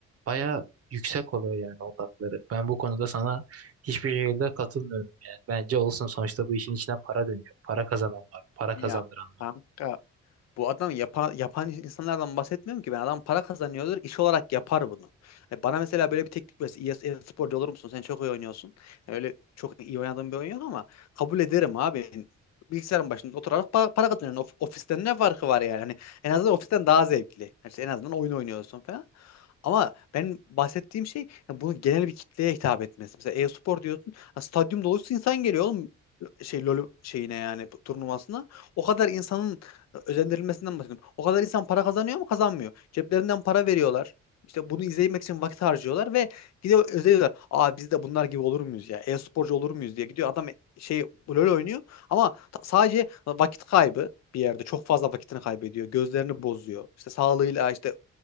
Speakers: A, on the right; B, on the left.
A: Baya yüksek oluyor yani odakları. Ben bu konuda sana hiçbir şekilde katılmıyorum yani. Bence olsun sonuçta bu işin içine para dönüyor. Para kazanan var, para kazandıran
B: Ya
A: var.
B: kanka Bu adam yapan, yapan insanlardan bahsetmiyorum ki ben. Adam para kazanıyordur, iş olarak yapar bunu. Yani bana mesela böyle bir teknik verse, iyi iyi sporcu olur musun? Sen çok iyi oynuyorsun. Yani öyle çok iyi oynadığım bir oyun yok ama kabul ederim abi. Bilgisayarın başında oturarak para, para kazanıyorsun. Of- ofisten ne farkı var yani? Hani en azından ofisten daha zevkli. Yani işte en azından oyun oynuyorsun falan. Ama ben bahsettiğim şey yani bunun genel bir kitleye hitap etmesi. Mesela e-spor diyorsun. ha, Stadyum dolusu insan geliyor oğlum şey LoL şeyine yani bu turnuvasına. O kadar insanın özendirilmesinden bahsediyorum. O kadar insan para kazanıyor mu? Kazanmıyor. Ceplerinden para veriyorlar. İşte bunu izlemek için vakit harcıyorlar ve gidiyor özeniyorlar. Aa biz de bunlar gibi olur muyuz ya? E-sporcu olur muyuz diye gidiyor. Adam şey LoL oynuyor ama ta- sadece vakit kaybı bir yerde çok fazla vakitini kaybediyor. Gözlerini bozuyor. İşte sağlığıyla işte